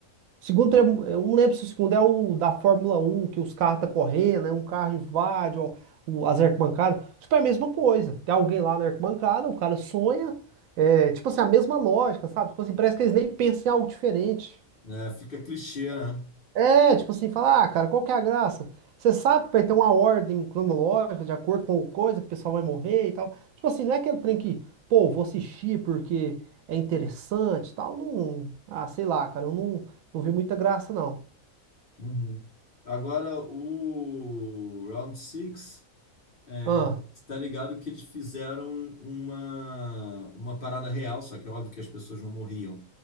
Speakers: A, on the right (about 75°); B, on the left (about 45°).
A: Segundo, tem- eu não lembro se o segundo é o da Fórmula Um que os carros tá correndo, né? Um carro invade ó, o, as arquibancadas. Tipo, é a mesma coisa. Tem alguém lá na arquibancada, o cara sonha. É, tipo assim, a mesma lógica, sabe? Tipo assim, parece que eles nem pensam em algo diferente.
B: É, fica clichê, né?
A: É, tipo assim, falar, ah, cara, qual que é a graça? Você sabe que vai ter uma ordem cronológica de acordo com coisa que o pessoal vai morrer e tal. Tipo assim, não é aquele trem que, pô, vou assistir porque é interessante e tal. Não, ah, sei lá, cara, eu não, não vi muita graça, não.
B: Uhum. Agora, o Round Six é,
A: Ah.
B: tá ligado que eles fizeram uma, uma parada real, só que é óbvio que as pessoas não morriam,